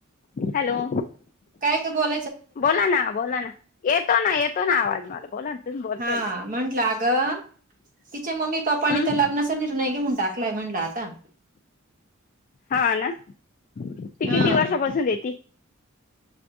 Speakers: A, on the left (about 40°); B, on the right (about 40°).
A: हॅलो.
B: काय गं बोल.
A: बोला ना बोला ना, येतो ना येतो ना आवाज मला. बोला ना, तुम्ही बोलताय
B: हा
A: ना.
B: म्हंटलं अगं, तिच्या मम्मी पप्पानी
A: हम्म
B: तर लग्नाचा निर्णय घेऊन टाकलाय म्हटलं आता.
A: हा ना, ती
B: हा
A: किती वर्षापासून येती?